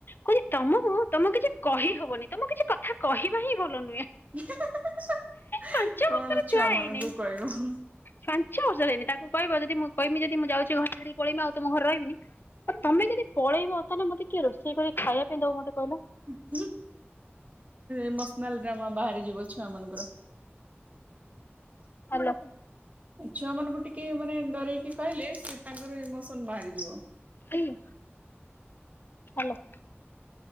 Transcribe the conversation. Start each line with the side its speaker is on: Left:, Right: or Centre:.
Left: କୋହଚି ତମକୁ ତମକୁ କିଛି କହିହବନି ତମକୁ କିଛି କଥା କହିବା ହିଁ ଭଲ ନୁହେଁ।
Right: <unintelligible>
Left: ପାଞ୍ଚ
Right: କଣ
Left: ବର୍ଷର ଛୁଆ
Right: ଛୁଆମାନଙ୍କୁ
Left: ହେଇନି।
Right: କହିବ ହୁଁ।
Left: ପାଞ୍ଚ ବର୍ଷର ହେଇନି ତାକୁ କହିବ ଯଦି ମୁଁ କିହିମି ଯଦି ମୁଁ ଯାଉଚି ଘର ଛାଡି ପଳେଇମି ଆଉ ତମ ଘରେ ରହିବିନି। ତମେ ଯଦି ପଳେଇବ ତାହେଲେ ମତେ କିଏ ରୋଷେଇ କରି ଖାଇବା ପାଇଁ ଦବ ମତେ କହିଲ।
Right: <unintelligible> ଇମୋସନାଲ ଡ୍ରାମା ବାହାରି ଯିବ ଛୁଆ ମାନଙ୍କର।
Left: ହାଲୋ।
Right: ଛୁଆ ମାନଙ୍କୁ ଟିକିଏ ମାନେ ଡରେଇକି କହିଲେ ସେ ତାଙ୍କର ଇମୋସନ ବାହାରିଯିବ।
Left: ହୁଁ ହାଲୋ।